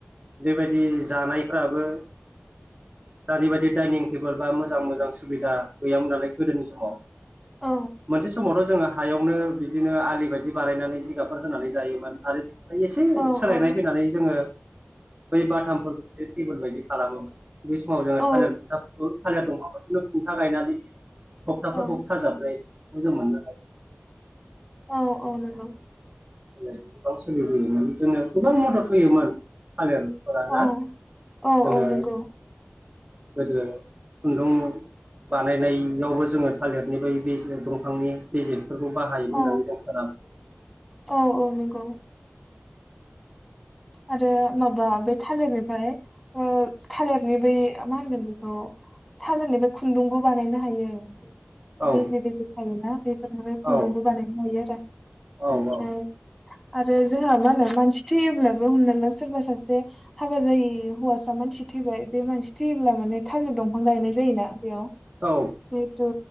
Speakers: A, on the right; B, in the centre.
A: बेबायदि जानायफ्राबो दानि बायदि डाइनिं टेबोल बा मोजां मोजां सुबिदा गैयामोन नालाय गोदोनि समाव
B: औ
A: मोनसे समावथ' जोंङो हायावनो बिदिनो आलि बायदि बानायनानै जिगाबफोर होनानै जायोमोन आरो एसे
B: औ
A: सोलायनाय
B: औ
A: फैनानै जोंङो बै बाथामफोरखौ एसे टेबोल बायदि खालामोमोन बे समाव जोंङो
B: औ
A: थालिर खुन्थाफोरखौ खालिया दंफांफोरखौनो खुन्था गायनानै थगटाफोरखौ
B: औ
A: खाजाबलायो मोननो
B: औ औ नंगौ।
A: गोबां सोलिबोयोमोन जोंङो गोबां मदद होयोमोन ‌।थालिर फोरानना
B: औ औ
A: जोंङो
B: औ नंगौ
A: गोदो खुन्दुं बानायनायावबो जोंङो थालिरनि बा दंफांनि बिजिल फोरखौ बाहायोमोन होननानै
B: औ
A: जों खोनाबोदों
B: औ औ नंगौ आरो माबा बे थालिरनिफ्राय थालिरनि बै ओ मा होनगोन बेखौ थाल होननि बे खुन्दुंबो बानायनो हायो।
A: औ
B: बेजे बेजे थायोना बेफोरनोबो खुन्दुंबो
A: औ
B: बानायनो हायो आरो। बेनिफ्राय
A: औ
B: आरो जोंहा मा होनो मानसि थैयोब्ला हमना ला सोरबा सासे हाबा जायि होवासा मानसि थैबाय बे मानसि थैयोब्ला माने थालिर दंफां गायनाय जायोना बेयाव
A: औ
B: जिहेथु